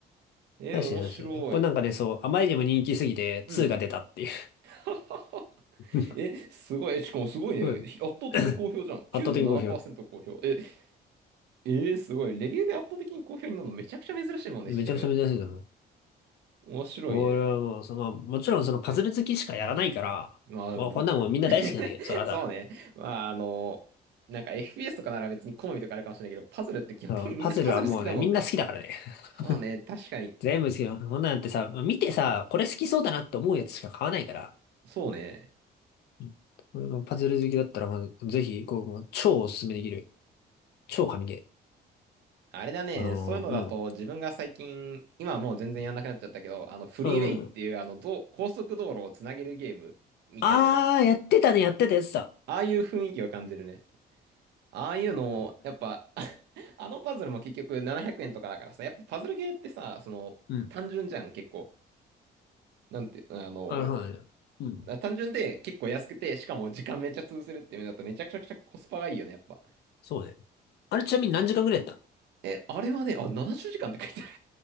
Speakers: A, on the right (about 80°); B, on the left (about 70°).
A: えー面白い。
B: 確かに確かに。これなんかね、そう、あまりにも人気すぎて2が出たっていう。
A: うん。<laughs>
B: <laughs>
A: え、すごい。しかもすごいね。
B: うん
A: ひ圧倒的に好評じゃん。
B: <clears throat> <coughs> 圧
A: 97%
B: 倒的に好評。
A: 好評。え、えーすごい。レビューで圧倒的に好評になるのめちゃくちゃ珍しいもんね、
B: めちゃくちゃ珍しいと思う。
A: s t e m 面白いね。
B: これはもう、その、もちろんそのパズル好きしかやらないから、
A: まあ、
B: もうこんなのもうみんな大好きなんだけど、
A: 僕、<laughs>
B: それはさ、
A: そうね。まあ、あの、なんか FPS とかなら別に好みとかあるかもしれないけど、パズルって基本的にみんなパズル好きだもんね。
B: うん、うパズルはもうね、みんな好きだからね。
A: そうね、確かに。
B: <laughs> 全部好きなの。こんなんってさ、見てさ、これ好きそうだなって思うやつしか買わないから。
A: そうね。
B: うんこれがパズル好きだったら、まず、ぜひ、こう、もう超おすすめできる。超神ゲ
A: あれだね、
B: ー。あのー
A: そういうのだと自分が最近、今はもう全然やんなくなっちゃったけど、あのフリーウェイっていうあのどう高速道路をつなげるゲームみたいな、
B: うん。うん。あー、やってたね、やってたやつだ。
A: ああいう雰囲気を感じるね。ああいうのを、やっぱ <laughs> あのパズルも結局700円とかだからさ、やっぱパズルゲーってさ、その単純じゃん、
B: うん。
A: 結構。なんて、あの、
B: あ、そうだねうん。
A: 単純で結構安くて、しかも時間めっちゃ潰せるっていうのだとめちゃくちゃくちゃコスパがいいよね、やっぱ。
B: そうね。あれ、ちなみに何時間ぐらいやっ
A: え、あれはね、あ、70時間って書いてある。